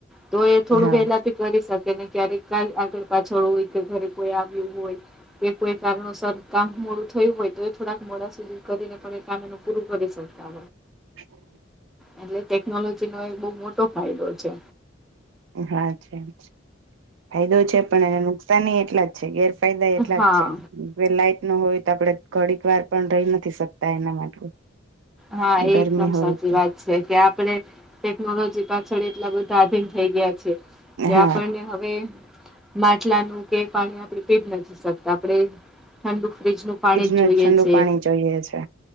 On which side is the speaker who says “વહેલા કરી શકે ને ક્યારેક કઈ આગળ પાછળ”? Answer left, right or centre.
Centre